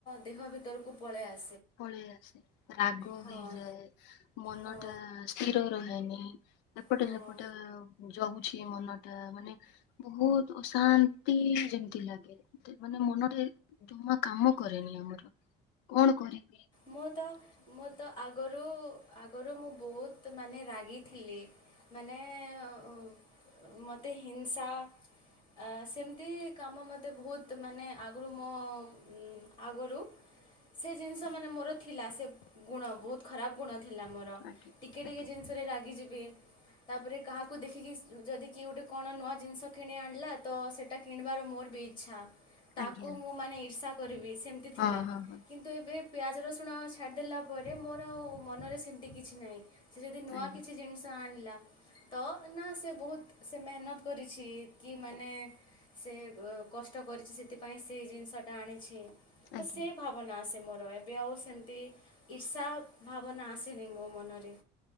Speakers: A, on the left; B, on the left.
A: ଦେହ ଭିତରକୁ ପଳେଇ ଆସେ।
B: ପଳେଇ ଆସେ ରାଗ
A: ହଁ
B: ହେଇଯାଏ ମନ
A: ହଁ
B: ଟା କ୍ଷୀର ଗୁରା ହୁଏନି। ଏପଟେ
A: ହଁ
B: ସେପଟେ ହ ଜଗୁଛି ମନଟା ମାନେ ବହୁତ ଅଶାନ୍ତି ଯେମିତି ଲାଗେ, ତେ ମାନେ ମନରେ ଜମା କାମ କରେନି ଆମର କଣ କରେ।
A: ମୁଁ ତ ମୁଁ ତ ଆଗରୁ ଆଗରୁ ମୁଁ ବହୁତ ତ ମାନେ ରାଗିଥିଲେ ମାନ ଅ, ମୋତେ ହିଂସା ଆ, ସେମତି କାମ ମୋତେ ବହୁତ ମାନେ ଆଗରୁ ମୋ ଉଁ, ଆଗରୁ ସେ ଯେ ସେମାନେ ମୋର ଥିଲା ସେ ଗୁଣ ବହୁତ ଖରାପ ଗୁଣ ଥିଲା ମୋର
B: ଆଜ୍ଞା ଆଜ୍ଞା
A: ଟିକେ ଟିକେ
B: ଆଜ୍ଞା
A: ଜିନିଷରେ ରାଗିଯିବେ। ତାପରେ କାହାକୁ ଦେଖିକି ଯଦି କିଏ ଗୋଟେ କଣ ନୂଆ ଜିନିଷ କିଣି ଆଣିଲା ତ ସେଟା କିଣିବାର ମୋର ବି ଇଚ୍ଛା। ତାକୁ
B: ଆଜ୍ଞା
A: ମୁଁ ମାନେ ଇର୍ଷା କରିବି, ସେମିତି ଥିଲା
B: ହଁ ହଁ ହଁ
A: କିନ୍ତୁ ଏବେ ପିଆଜ ରସୁଣ ଛାଡ଼ିଦେଲା ପରେ ମୋର ଆଉ ମନରେ ସେମିତି କିଛି ନାହିଁ। ସେ ଯଦି ନୂଆ
B: ଆଜ୍ଞା
A: କିଛି ଜିନିଷ ଆଣିଲା ତ ନା ସେ ବହୁତ ସେ ମେହନତ କରିଛି କି ମାନେ ସେ ଅ, କଷ୍ଟ କରିଛି ସେଥିପାଇଁ ସେ ଜିନିଷଟା ଆଣିଛି। ତ
B: ଆଜ୍ଞା।
A: ସେ ଭାବନା ଆସେ ମୋର। ଏବେ ଆଉ ସେମିତି ଇର୍ଷା ଭାବନା ଆସିନି ମୋ ମନରେ।